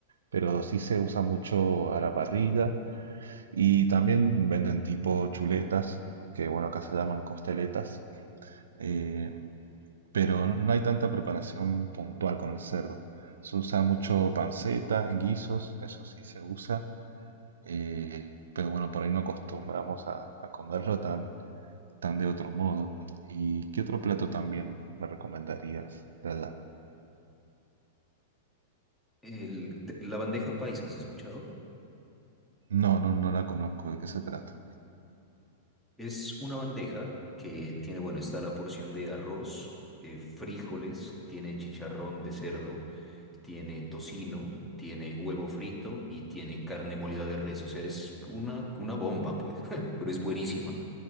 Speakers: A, on the right (about 85°); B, in the centre.
A: pero sí se usa mucho a la parrilla y también venden tipo chuletas, que bueno, acá se llaman costeletas. Eh, pero no hay tanta preparación puntual con el cerdo. Se usa mucho panceta, en guisos, eso sí se usa, eh, pero bueno, por ahí no acostumbramos a, a comerlo tan, tan de otro modo. ¿Y qué otro plato también me recomendarías de allá?
B: El- te- la bandeja paisa, ¿has escuchado?
A: No, no, no la conozco, ¿de qué se trata?
B: Es una bandeja que tiene, bueno, está la porción de arroz, eh, frijoles, tiene chicharrón de cerdo, tiene tocino, tiene huevo frito y tiene carne molida de res. O sea, es una, una bomba, pues, <laughs> pero es buenísima.